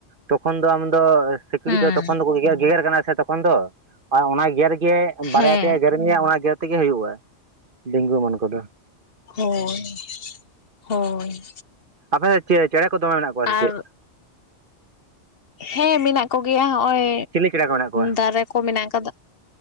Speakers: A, on the right; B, on the left.
A: ᱛᱚᱠᱷᱚᱱ ᱫᱚ ᱟᱢ ᱫᱚ ᱥᱤᱠᱲᱤᱡ
B: ᱦᱮᱸ
A: ᱫᱚ ᱛᱚᱠᱷᱚᱱ ᱫᱚᱠᱚ ᱜᱮᱜᱮ--ᱜᱮᱜᱮᱨ ᱠᱟᱱᱟ ᱥᱮ ᱛᱚᱠᱷᱚᱱ ᱫᱚ ᱟᱨ ᱚᱱᱟ ᱜᱮᱨ ᱜᱮ
B: ᱦᱮᱸ
A: ᱵᱟᱨᱭᱟ ᱯᱮᱭᱟ ᱜᱮᱨ ᱜᱮᱨ ᱢᱮᱭᱟ ᱚᱱᱟ ᱜᱮᱨ ᱛᱮᱜᱮ ᱦᱩᱭᱩᱜᱼᱟ ᱰᱮᱝᱜᱩ ᱮᱢᱟᱱ ᱠᱚᱫᱚ ᱾
B: ᱦᱳᱭᱻ ᱦᱳᱭᱻ
A: ᱟᱯᱮ ᱫᱚ ᱪᱮ ᱪᱮᱸᱬᱮ ᱠᱚ ᱫᱚᱢᱮ ᱢᱮᱱᱟᱜ ᱠᱚᱣᱟ? ᱥᱮ ᱪᱮᱫ
B: ᱟᱨ ᱦᱮᱸ ᱢᱮᱱᱟᱜ ᱠᱚᱜᱮᱭᱟ ᱦᱚᱜᱼᱚᱭ
A: ᱪᱤᱞᱤ ᱪᱮᱬᱮ ᱠᱚ ᱢᱮᱱᱟᱜ ᱠᱚᱣᱟ?
B: ᱫᱟᱨᱮ ᱠᱚ ᱢᱮᱱᱟᱜ ᱟᱠᱟᱫᱟ ᱾